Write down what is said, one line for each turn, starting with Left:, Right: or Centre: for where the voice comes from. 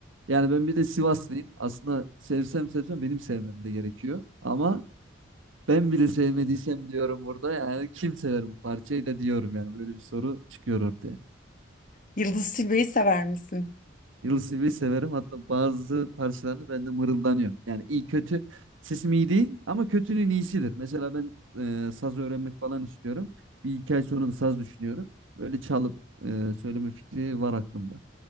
Right: Yani ben bir de Sivaslıyım. Aslında sevsem sevsem benim sevmem de gerekiyor. Ama Ben bile sevmediysem diyorum burada yani kim sever bu parçayı da diyorum yani böyle bir soru çıkıyor ortaya.
Left: Yıldız Tilbe'yi sever misin?
Right: Yıldız severim hatta bazı parçalarını ben de mırıldanıyorum. Yani iyi kötü sesim iyi değil ama kötünün iyisidir. Mesela ben e, saz öğrenmek falan istiyorum. Bir iki ay sonra da saz düşünüyorum. Böyle çalıp e, söyleme fikri var aklımda.